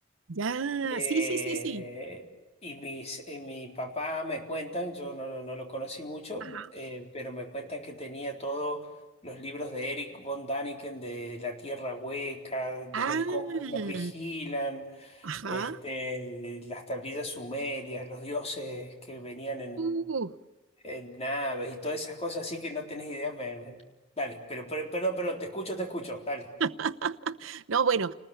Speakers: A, on the right; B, on the left.
A: ya,
B: Eh,
A: sí, sí, sí, sí.
B: y mis, eh, mi papá me cuentan, yo no, no- no lo conocí mucho,
A: Ajá.
B: eh, pero me cuentan que tenía todos los libros de Eric von Däniken de La Tierra Hueca, Desde
A: Ah,
B: el Cosmos nos vigilan
A: ajá.
B: este, las tablillas sumerias, los dioses que venían en,
A: Uh,
B: en naves y todas esas cosas, así que no tenés idea. me- me- Dale, pero, pero- perdón, perdón, te escucho, te escucho, dale.
A: ajá. No, bueno,